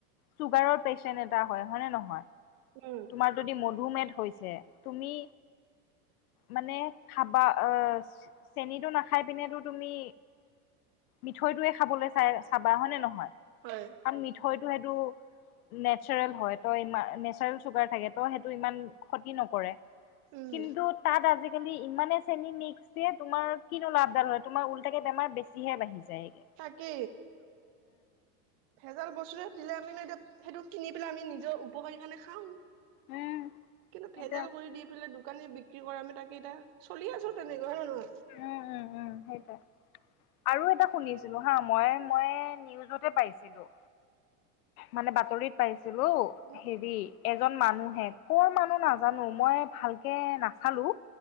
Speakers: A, on the left; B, on the right.
A: চুগাৰৰ পেচেণ্ট এটা হয় নে নহয়।
B: উম
A: তোমাৰ যদি মধুমেহ <unintelligible> থৈছে তুমি মানে খাবা আহ, চেনিটো নাখাই পিনেতো তুমি মিঠৈটোয়ে খাবলৈ চাই চাবা, হয় নে নহয়?
B: হয়
A: কাৰণ মিঠৈতো সেইটো নেচাৰেল হয়, ত ই নেচাৰেল চুগাৰ থাকে ত, সেইটো ইমান ক্ষতি নকৰে। <unintelligible>
B: উম
A: কিন্তু তাত আজি। আজি কালি ইমানে চেনি মিক্স তোমাৰ কিনো লাভ ডাল হ'য়। তোমাৰ ওলটাকে বেমাৰ বেছিহে বাঢ়িছে। যাইগে।
B: কি ভেজাল বস্তুৰে দিলে আমি। সেইটো কিনি পেলাই আমি নিজৰ উপকাৰী কাৰণে খাওঁ।
A: উম
B: কিন্তু
A: সেইটোৱে
B: ভেজাল কৰি দি পেলাই দোকানী বিকি। কি কৰে মানুহগিটা চলি আছোঁ তেনেকৈ।
A: উম উম উম সেইটোৱেই। আৰু এটা শুনিছিলোঁ হা মই মই নিউজতে পাইছিলোঁ। মানে বাতৰিত পাইছোঁ। হেল্লো
B: অ
A: হেৰি। এজন মানুহে কৰ মানুহ নাজানোঁ মই ভালকে নাচালোঁ।